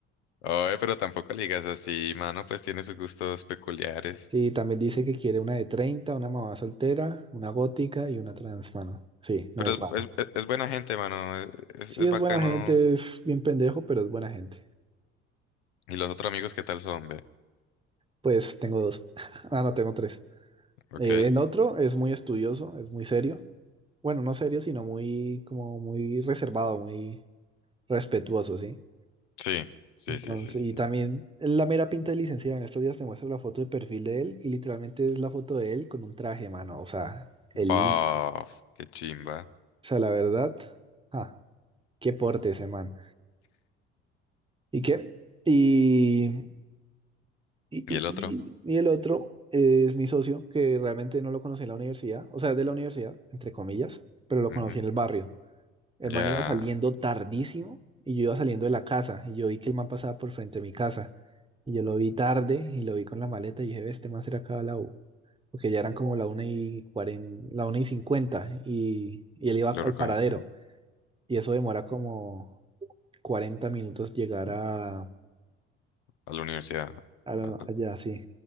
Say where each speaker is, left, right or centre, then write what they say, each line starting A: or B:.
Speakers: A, on the left (about 80°); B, on the right (about 15°).
A: Oye, pero tampoco le digas así, mano, pues tiene sus gustos peculiares.
B: Sí, también dice que quiere una de 30, una mamá soltera, una gótica y una trans, mano. Sí, no
A: Pero
B: es
A: es,
B: raro.
A: es, es- es buena gente, mano, es, es,
B: Sí,
A: es
B: es
A: bacano.
B: buena gente, es bien pendejo, pero es buena gente.
A: ¿Y los otros amigos qué tal son, ve?
B: Pues tengo dos. <laughs> Ah, no, tengo tres.
A: ¿Ok?
B: Eh, el otro es muy estudioso, es muy serio. Bueno, no serio, sino muy, como muy reservado, muy respetuoso, ¿sí?
A: Sí, sí,
B: Entonces,
A: sí, sí. sí.
B: y también la mera pinta de licenciado. En estos días te muestro la foto de perfil de él y literalmente es la foto de él con un traje, mano. O sea, el,
A: Baf, qué chimba.
B: o sea, la verdad, ah, qué porte ese man. ¿Y qué? Y, y, y,
A: ¿Y el
B: y-
A: otro?
B: y el otro es mi socio, que realmente no lo conocí en la universidad, o sea, es de la universidad, entre comillas, pero lo
A: Ujú.
B: conocí en el barrio. El
A: ¿Ya
B: man iba saliendo tardísimo y yo iba saliendo de la casa y yo vi que el man pasaba por frente a mi casa y yo lo vi tarde y lo vi con la maleta y dije, "Ve, este man será acá a la U. Porque ya eran como la una y cuarenta la una y cincuenta y, y él iba al
A: lo recogiste?
B: paradero y eso demora como 40 minutos llegar a,
A: A la universidad.
B: a la-
A: A-
B: allá, sí.